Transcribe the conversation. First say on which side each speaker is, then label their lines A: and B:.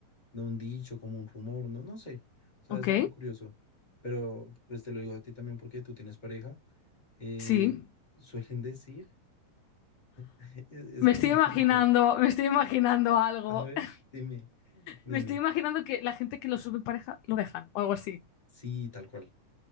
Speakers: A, on the left; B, on the left.
A: no un dicho, como un rumor, no, no sé, o sea,
B: Ok,
A: es algo curioso, pero pues te lo digo a ti también porque tú tienes pareja, eh,
B: sí.
A: suelen decir, <laughs> es, es
B: Me
A: como
B: estoy
A: un
B: imaginando,
A: <laughs> mito.
B: me estoy imaginando algo.
A: A ver,
B: <laughs>
A: dime, dime,
B: Me estoy imaginando que la gente que lo sube en pareja lo dejan o algo así.
A: sí, tal cual,